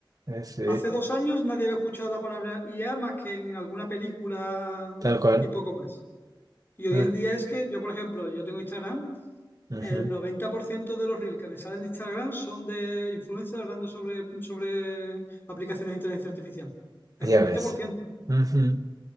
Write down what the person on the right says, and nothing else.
Eh, sí,
tal cual.
Ah,
ujú,
Ya
ves.
Ujú.